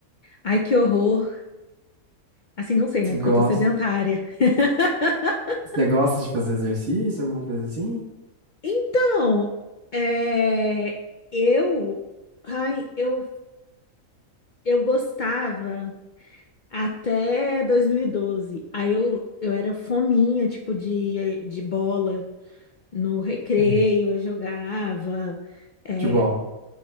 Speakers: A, on the left; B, on the right.
A: Ai, que horror. Assim, não sei, né?
B: Você
A: Porque
B: gosta,
A: eu tô sedentária. <laughs>
B: você gosta de fazer exercício, alguma coisa assim?
A: Então, é, eu, ai, eu, eu gostava até 2012. Aí eu, eu era fominha, tipo, de, de bola no recreio,
B: Hum.
A: eu jogava. É,
B: Futebol.